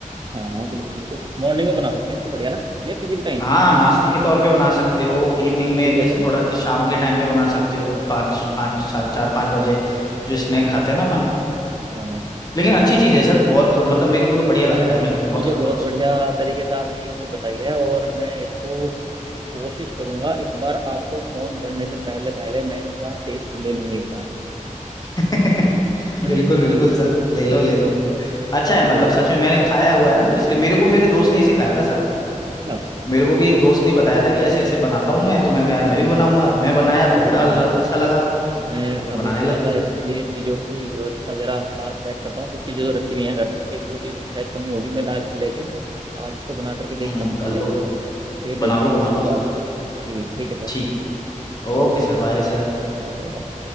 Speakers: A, on the right; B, on the left.
A: हाँ हाँ बिल्कुल बिल्कुल मॉर्निंग में बना सकते हैं इसको बढ़िया ना या किसी भी टाइम
B: हाँ नाश्ते के तौर पे बना सकते हो इवनिंग
A: नाश्ते
B: में
A: के
B: जैसे
A: तौर पर ना
B: थोड़ा जैसे शाम के टाइम पे बना सकते हो पाँच पाँच
A: हम्म,
B: सात चार पाँच बजे जो स्नैक खाते हैं ना अपन
A: हाँ हाँ
B: लेकिन अच्छी चीज़
A: चलिए
B: है सर बहुत मतलब मेरे को तो
A: नहीं
B: बढ़िया
A: मैं
B: लगता है मैं तो बहुत
A: मुझे
B: खाता
A: बहुत
B: हूँ
A: बढ़िया तरीके से आपने ये चीज़ बताई है और मैं इसको कोशिश करूंगा इस बार आपको फोन करने से पहले पहले मैं इसका टेस्ट ले लूँ एक बार
B: उसको <laughs>
A: है ना
B: बिल्कुल बिल्कुल सर ले लो
A: <laughs>
B: ले लो अच्छा है
A: Very
B: मतलब सच
A: good
B: में मैंने खाया हुआ है ना
A: हम्म,
B: तो इसलिए मेरे को भी मेरे दोस्त ने ही सिखाया था सर
A: अच्छा
B: मेरे को भी एक दोस्त ने बताया था कि ऐसे ऐसे बनाता हूँ मैं
A: हम्म,
B: तो मैंने कहा यार मैं भी बनाऊंगा मैं बनाया
A: चलो
B: तो बड़ा
A: बहुत बढ़िया
B: लग,
A: सर
B: अच्छा लगा
A: मैं
B: तो फिर बनाने
A: अभी थोड़ा
B: लग
A: सा
B: गया
A: इसके लिए चीज़ों की व्यवस्था जरा आज सेट करता हूँ कुछ चीज़ें तो रखी हुई हैं घर में एक दो चीज़ की शायद कमी होगी मैं ला लेके आज इसको बना करके देखता
B: हम्म
A: हूँ पहले
B: कर लो
A: फिर देखता
B: बना लो
A: हूँ
B: बना
A: आपसे
B: लो
A: बात
B: सर
A: जी ठीक है sir
B: ठीक Okay
A: Okay
B: sir
A: sir
B: bye sir
A: bye sir Bye